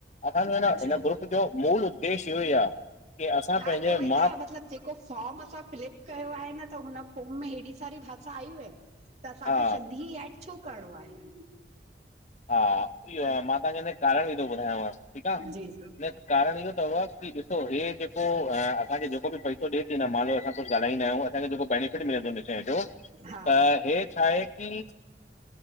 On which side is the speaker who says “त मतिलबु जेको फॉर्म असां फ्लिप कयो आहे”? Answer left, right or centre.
Right